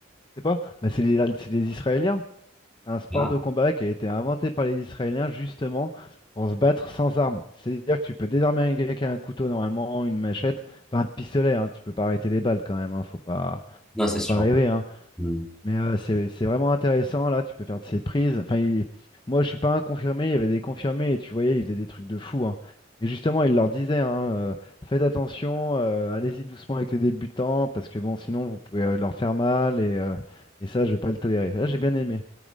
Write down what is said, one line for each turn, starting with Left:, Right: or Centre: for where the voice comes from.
Left: C'est pas? Bah, c'est les, c'est les Israéliens. C'est un sport
Centre: Ah.
Left: de combat qui a été inventé par les Israéliens justement pour se battre sans armes. C'est-à-dire que tu peux désarmer un gars qui a un couteau normalement, une machette, pas un pistolet. hein. Tu peux pas arrêter les balles quand même. hein. Faut pas,
Centre: Non, c'est
Left: faut
Centre: sûr.
Left: pas rêver. hein.
Centre: Hmm.
Left: Mais euh, c'est c'est vraiment intéressant là, tu peux faire de ces prises. Enfin, il- moi je suis pas un confirmé, il y avait des confirmés et tu voyais, ils faisaient des trucs de fou, hein. Et justement, il leur disait, hein, euh, faites attention, euh, allez-y doucement avec les débutants, parce que bon, sinon vous pouvez euh, leur faire mal et, euh, et ça, je vais pas le tolérer. Là, j'ai bien aimé.